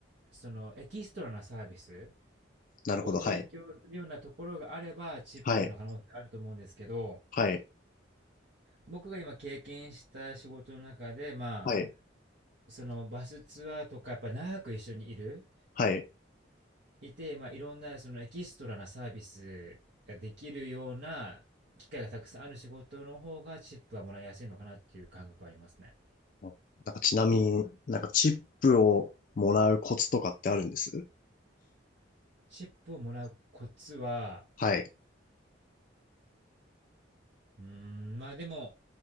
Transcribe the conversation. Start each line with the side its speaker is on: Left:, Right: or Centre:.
Right: そのエキストラなサービス
Left: なるほど。
Right: を提供するようなところがあればチップの可能性あると思うんですけど
Left: はい。はい。はい。
Right: 僕が今経験した仕事の中でまあ
Left: はい。
Right: そのバスツアーとかやっぱ長く一緒にいる
Left: はい。
Right: いて、まあ、いろんなそのエキストラなサービスができるような機会がたくさんある仕事の方がチップはもらいやすいのかなっていう感覚はありますね。
Left: なんかちなみになんかチップをもらうコツとかってあるんです
Right: チップをもらうコツは、
Left: はい。
Right: うーん、まあでも、